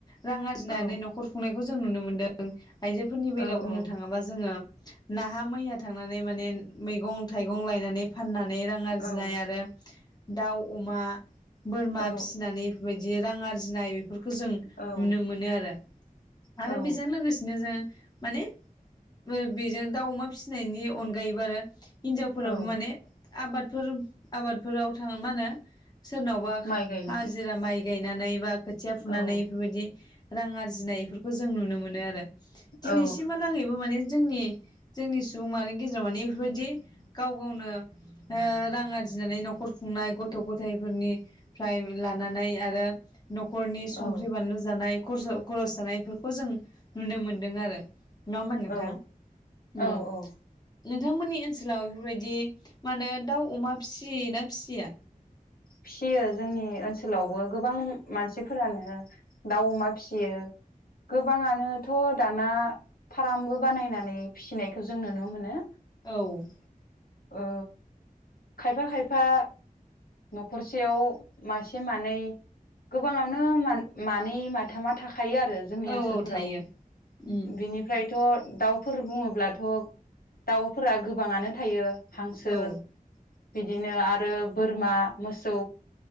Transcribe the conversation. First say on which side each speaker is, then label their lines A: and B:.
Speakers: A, on the left; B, on the left.
A: रां आरजिनानानै
B: औ
A: नै नख'र खुंनाय खौ जों नुनो मोनदों आइजो फोरनि बेलायाव
B: औ
A: बुंनो
B: औ
A: थाङोबा जोङो नाहा मैया थांनानै माने मैगं-थाइगं लायनानै फानना नै रां आरजिनाय
B: औ
A: आरो दाउ अमा बोरमा
B: औ
A: फिसिनानै इफोरबायदि रां आरजिनाय बेफोरखौ जों
B: औ
A: नुनो मोनो आरो
B: औ
A: आरो बेजों लोगोसेनो जों माने मो बेजों दाउ -अमा फिसिनायनि अनगायैबो आरो हिनजावफोराबो
B: औ
A: माने आबाद फोर ब आबादफोराव थां मा होनो सोरनावबा
B: माइ गायनाय
A: हाजिरा माइ गाय नानै बा खोथिया फुनानै
B: औ
A: इफोरबायदि रां आरजिनाय बेफोरखौ जों नुनो मोनो आरो। दिनैसिमहालागैबो
B: औ औ
A: माने जोंनि जोंनि सुबुंमाहारिनि गेजेराव माने बेफोरबायदि गावगावनि ओ रां आरजिनानै न'खर खुंनाय गथ' गथायाइफोरनिफ्राय लानानै आरो न'खरनि संख्रि
B: औ
A: बानलु जानाय खरसा खर'स जानायफोर खौ जों नुनो मोनदों आरो। नङा होनबा नोंथां
B: औ
A: उम।
B: औ औ
A: नोंथांमोननि ओनसोलाव बेफोरबायदि मा होनो दाउ अमा फिसियो ना फिसिया।
B: फिसियो जोंनि ओनसोलावबो गोबां मानसिफोरानो दाउ अमा फिसियो गोबाङानोथ' दाना फार्मबो बानायनानै फिसिनायखौ जों नुनो मोनो।
A: औ
B: ओ खायफा खायफा न'खरसेयाव मासे मानै गोबाङानो मान-मानै माथामा थाख खायो आरो जोंनि
A: औ
B: ओनसोलफोराव
A: औ थायो उम
B: बिनिफ्रायथ' दाउ फोर बुङोब्लाथ' दाउफोरा गोबाङानो थायो हांसो
A: औ
B: बिदिनो आरो बोरमा मोसौ